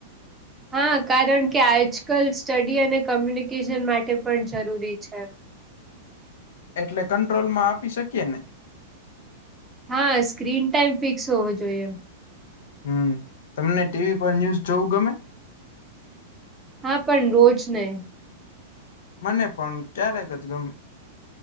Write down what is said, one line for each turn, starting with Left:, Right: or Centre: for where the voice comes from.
Right: હા કારણ કે આજકાલ સ્ટડી અને કોમ્યુનિકેશન માટે પણ જરૂરી છે.
Left: એટલે કંટ્રોલ માં આપી શકીએ ને.
Right: હા સ્ક્રીન ટાઈમ ફિક્સ હોવો જોઈએ એમ.
Left: હમ તમને ટીવી પર ન્યુઝ જોવું ગમે.
Right: હા પણ રોજ નહી.
Left: મને પણ ક્યારેક ગમે.